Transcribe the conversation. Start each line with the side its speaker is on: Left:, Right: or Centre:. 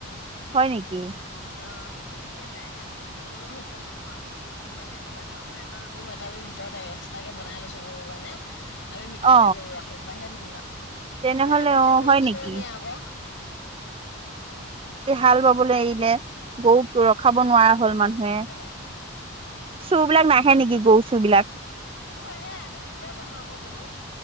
Right: হয় নেকি?
Left: অ আমাৰ মালিকে বাই আমি কি গৰু ভিতৰত বান্ধো আমি গৰু বাহিৰত নেবান্ধো আমাৰ এটা ৰুম এটা আমি ভিতৰতে এক্সট্ৰা কে বনাই লৈছোঁ গৰুৰ কাৰণে। আমি ভিতৰতে
Right: অ
Left: গৰু ৰাখো বাহিৰত নাবান্ধোৱে,
Right: তেনেহলে
Left: বাহিৰত বান্ধিলে
Right: অ
Left: গৰু
Right: হয় নেকি
Left: চুৰে নিয়ে আক'।
Right: হাল বাবলৈ এৰিলে গৰু ৰখাব নোৱাৰা
Left: নাই আমাৰ
Right: হল
Left: হাল
Right: মানুহে
Left: ঘৰতে বায়।
Right: চুৰ বিলাক নাহে নেকি গৰু চুৰ বিলাক
Left: চুৰ আহে আমি ভিতৰত মানুহ আক' গৰু